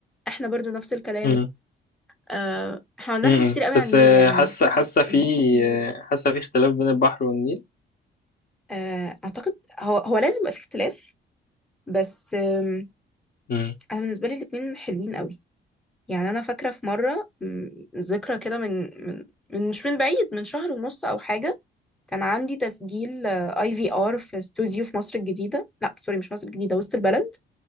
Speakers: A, in the centre; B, on the left.
A: احنا برضو نفس الكلام
B: مم.
A: آه احنا عندنا
B: مم.
A: حاجات كتير قوي
B: بس
A: عن النيل
B: آه،
A: يعني
B: حاسة حاسة في
A: قولي.
B: آه، حاسة في اختلاف بين البحر والنيل
A: آه، اعتقد هو هو لازم يبقى في اختلاف بس آم،
B: مم.
A: انا بالنسبه لي الاتنين حلوين قوي يعني انا فاكره في مره م، ذكرى كده من من من مش من بعيد من شهر ونص او حاجه كان عندي تسجيل اي في ار في استوديو في مصر الجديده لا سوري مش مصر الجديده وسط البلد